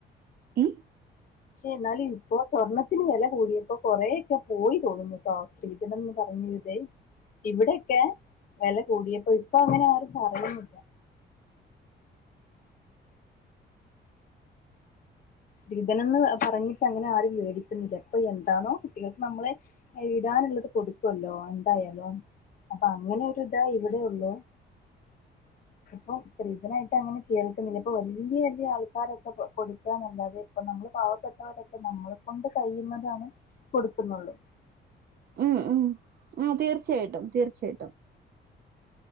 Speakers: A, on the right (about 50°); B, on the left (about 45°).
A: ഉം
B: ക്ഷേ എന്നാലി ഇപ്പൊ സ്വർണ്ണത്തിന് വെല കൂടിയപ്പോ കൊറേയൊക്കെ പോയി തോന്നുന്നുട്ടോ സ്ത്രീധനന്ന് <unintelligible> ഇവിടെക്കെ വെല കൂടിയപ്പൊ ഇപ്പൊ അങ്ങനെ ആരും പറയുന്നില്ല. ശ്രീധനംന്ന് പറഞ്ഞിട്ട് അങ്ങനെ ആരും മേടിക്കുന്നില്ല പ്പൊ എന്താണോ കുട്ടികൾക്ക് നമ്മള് ഇടാ ടാനുള്ളത് കൊടുക്കുല്ലോ എന്തായാലും അപ്പൊ അങ്ങനെ ഒരു താ ഇവിടെ ഉള്ളൂ.
A: <inaudible>
B: ഇപ്പൊ സ്ത്രീധനായിട്ട് അങ്ങനെ കേൾക്കുന്നില്ല ഇപ്പൊ വലിയ വലിയ ആൾക്കാരൊക്കെ കൊടുക്കാന്നല്ലാ ദേ ഇപ്പ നമ്മള് പാവപ്പെട്ടവരൊക്കെ നമ്മളെ കൊണ്ട് കഴിയുന്നതാണ് കൊടുക്കുന്നുള്ളൂ.
A: ഉം ഉം ആ തീർച്ചയായിട്ടും തീർച്ചയായിട്ടും